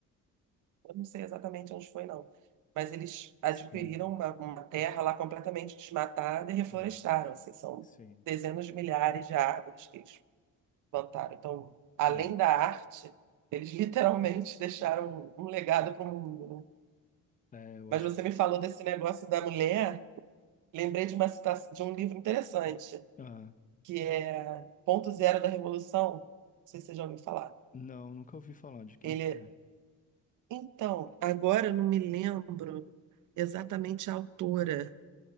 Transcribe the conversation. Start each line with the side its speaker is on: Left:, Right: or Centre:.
Right: eu não sei exatamente onde foi, não, mas eles adquiriram
Left: sim,
Right: uma, uma terra lá completamente desmatada e reflorestaram.
Left: Aham.
Right: Assim, são
Left: sim,
Right: dezenas de milhares de árvores que eles plantaram. Então, além
Left: é,
Right: da arte, eles literalmente <laughs> deixaram um legado para o mundo, né?
Left: é, eu
Right: Mas
Left: acho
Right: você
Left: que,
Right: me falou desse negócio da mulher, lembrei de uma citação de um livro interessante
Left: ah,
Right: que é Ponto Zero da Revolução. Não sei se você já ouviu falar.
Left: não, nunca ouvi falar de quem
Right: Ele.
Left: que é.
Right: Então, agora eu não me lembro exatamente a autora,